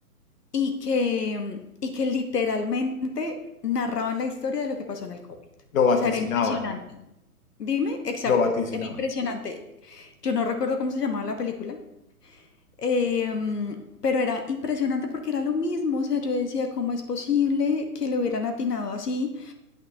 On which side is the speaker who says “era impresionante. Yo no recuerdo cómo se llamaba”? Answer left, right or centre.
Left